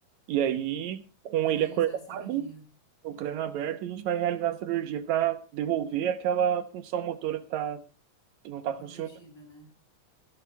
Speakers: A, on the right; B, on the left.
A: E aí, com
B: Vai
A: ele
B: realizar
A: acordado,
B: a cirurgia.
A: o crânio aberto, a gente vai realizar a cirurgia para devolver aquela função motora que, tá, que não está
B: Comprometida,
A: funcionando.
B: né?